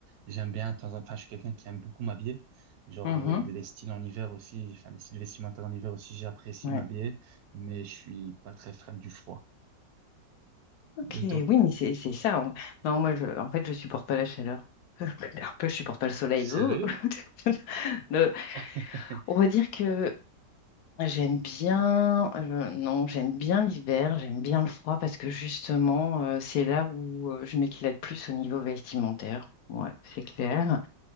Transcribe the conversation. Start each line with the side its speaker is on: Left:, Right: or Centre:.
Right: j'aime bien, de temps en- enfin, je suis quelqu'un qui aime beaucoup m'habiller. Genre,
Left: Mhm,
Right: euh, les styles en hiver aussi, enfin, les styles vestimentaires en hiver aussi, j'apprécie
Left: ouais.
Right: m'habiller, mais je suis pas très fan du froid.
Left: Ok,
Right: Et
Left: oui,
Right: toi?
Left: mais c'est c'est ça. en- Non, moi, je, en fait, je supporte pas la chaleur. <laughs> Un peu, je supporte pas le soleil.
Right: Sérieux?
Left: Ouh. <laughs> Le-
Right: <laughs>
Left: on va dire que j'aime bien, euh, non, j'aime bien l'hiver, j'aime bien le froid parce que justement, euh, c'est là où euh, je m'éclate plus au niveau vestimentaire. Ouais, c'est clair.